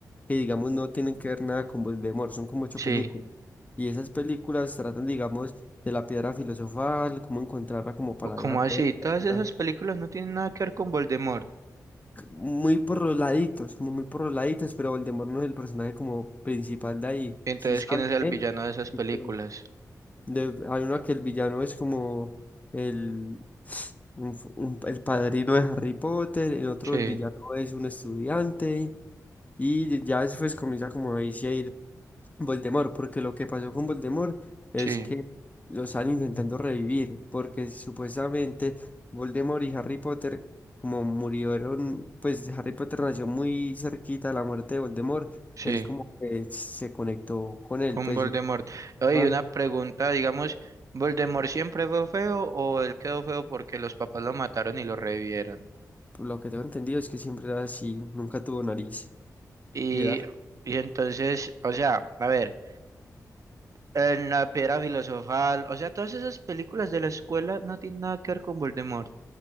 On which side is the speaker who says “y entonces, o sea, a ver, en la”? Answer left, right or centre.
Right